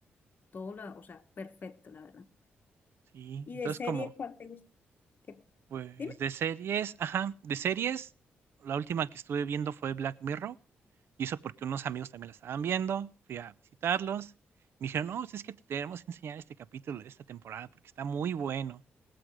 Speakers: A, on the left (about 45°); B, on the right (about 70°).
A: todo, la, o sea, perfecto, la verdad.
B: Sí,
A: ¿Y
B: entonces
A: de serie
B: como,
A: cuál te gusta? ¿Qué?
B: pues
A: Dime.
B: de series, ajá, de series, la última que estuve viendo fue Black Mirror, y eso porque unos amigos también la estaban viendo, fui a visitarlos, me dijeron, no, pues es que te tenemos que enseñar este capítulo de esta temporada porque está muy bueno.